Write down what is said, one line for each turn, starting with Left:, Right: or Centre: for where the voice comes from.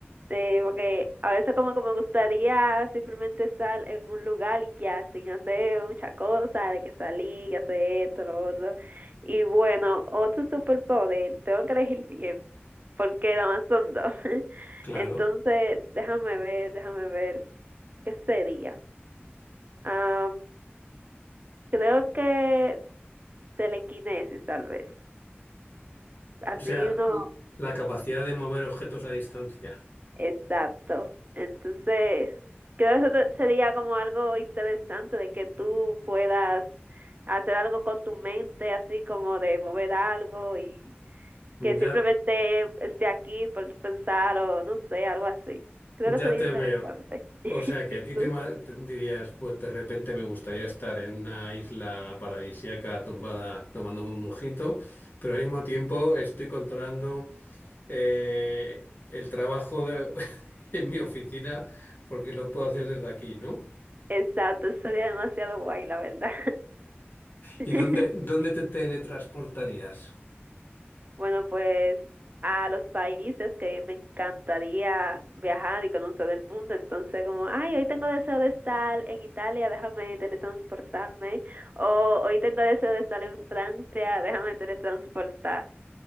Right: Sí, porque a veces como que me gustaría simplemente estar en un lugar y ya, sin hacer mucha cosa, de que salí, que hacer esto, lo otro. Y bueno, otro superpoder, tengo que elegir bien, porque nada más son dos. <laughs>
Left: claro.
Right: Entonces, déjame ver, déjame ver, ¿qué sería? Ah, creo que telequinesis, tal vez. Así
Left: O sea,
Right: uno
Left: l- la capacidad de mover objetos a distancia.
Right: Exacto. Entonces, creo que eso te- sería como algo interesante de que tú puedas hacer algo con tu mente, así como de mover algo y
Left: Ya
Right: que simplemente esté aquí por tu pensar o no sé, algo así. Creo
Left: Ya
Right: que sería
Left: te
Right: interesante.
Left: veo.
Right: <laughs>
Left: O sea, que
Right: ¿Y
Left: a ti
Right: tú?
Left: te ma- te dirías, pues de repente me gustaría estar en una isla paradisíaca tumbada tomándome un mojito, pero al mismo tiempo estoy controlando eh, el trabajo de- <laughs> en mi oficina porque lo puedo hacer desde aquí, ¿no?
Right: Exacto, sería demasiado guay, la verdad. <laughs>
Left: ¿Y dónde, dónde te teletransportarías?
Right: Bueno, pues a los países que me encantaría viajar y conocer el mundo. Entonces, como, ay, hoy tengo deseo de estar en Italia, déjame teletransportarme. O hoy tengo deseo de estar en Francia, déjame teletransportarme.